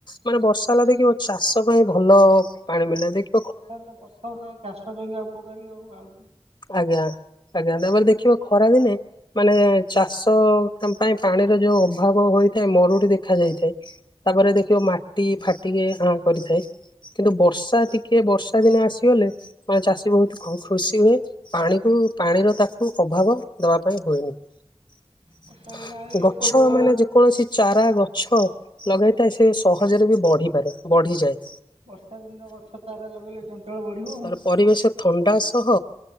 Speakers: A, on the left; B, on the right.
A: ମାନେ ବର୍ଷା ହେଲା ଦେଖିବ ଚାଷ ପାଇଁ ଭଲ ପାଣି ମିଳିଲା ଦେଖ
B: ତାର ତ ପ୍ରଥମ ତ ଚାଷ ପାଇଁକା ଆଉ ଉପକାରୀ ଆଉ ଆଉ
A: ଆଜ୍ଞା ଆଜ୍ଞା ତାପରେ ଦେଖିବ ଖରା ଦିନେ ମାନେ ଚାଷ ପାଇଁ ପାଣିର ଯୋଉ ଅଭାବ ହୋଇଥାଏ ମରୁଡି ଦେଖା ଯାଇଥାଏ। ତାପରେ ଦେଖିବ ମାଟି ଫାଟିକି ଆଁ କରିଥାଏ। କିନ୍ତୁ ବର୍ଷା ଟିକେ ବର୍ଷା ଦିନ ଆସିଗଲେ ମାନେ ଚାଷୀ ବହୁତ ଖ ଖୁସି ହୁଏ ପାଣିକୁ ପାଣିର ତାକୁ ଅଭାବ ଦବା ପାଇଁ ହୁଏନି।
B: ବର୍ଷା ଦିନ ଆଇଲେ ଲୋକ
A: ଗଛ
B: ଜର
A: ମାନେ ଯେ କୌଣସି ଚାରା ଗଛ ଲଗାଇଥାଏ ସେ ସହଜରେ ବି ବଢିପାରେ ବଢିଯାଏ।
B: ବର୍ଷା ଦିନ ଗଛ ଚାରା ଲଗେଇଲେ ଜଞ୍ଚଳ ବଢିବ
A: ତାର
B: ଆ
A: ପରିବେଶ ଥଣ୍ଡା ସହ